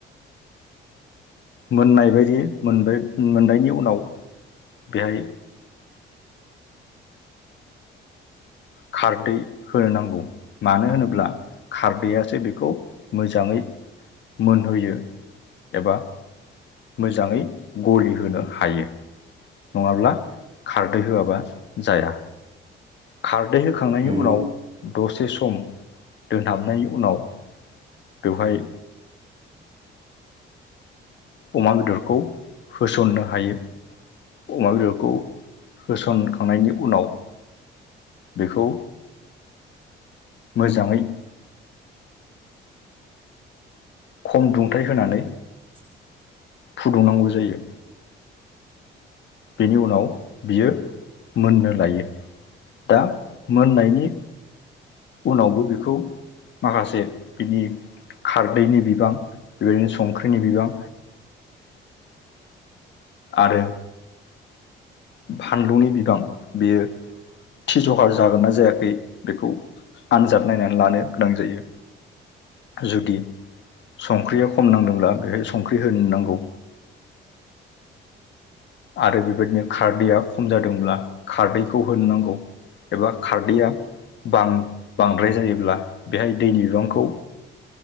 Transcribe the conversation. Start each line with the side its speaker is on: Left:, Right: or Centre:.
Left: मोननाय बायदि मोनबाय मोननायनि उनाव बेहाय खारदै होनो नांगौ मानो होनोब्ला खारदैआसो बे बेखौ मोजाङै मोनहोयो एबा मोजाङै गलि होनो हायो नङाब्ला खारदै होआबा जाया खारदै होखांनायनि
Right: उम
Left: उनाव दसे सम दोनहाबनायनि उनाव बेवहाय
Right: <inaudible>
Left: अमा बेदरखौ होसननो हायो अमा बेदरखौ होसनखांनायनि उनाव बेखौ मोजाङै खम दुंथाइ होनानै
Right: <inaudible>
Left: फुदुंनांगौ जायो बेनि उनाव बियो मोननो लायो दा मोननायनि उनावबो बेखौ माखासे बिनि खारदैनि बिबां बेबायदिनो संख्रिनि बिबां आरो फानलुनि बिबां बेयो थि जखा जागोननाा जायाखै बेखौ आनजाद नायनानै लानो गोनां जायो जुदि संख्रिया खम नांदोंब्ला बेहाय संख्रि होनो नांगौ
Right: <inaudible>
Left: आरो बेबायदिनो खारदैया खम जादोंब्ला खारदैखौ होनो नांगौ एबा खारदैआ बांद्राय जायोब्ला बेहाय दै बिरांखौ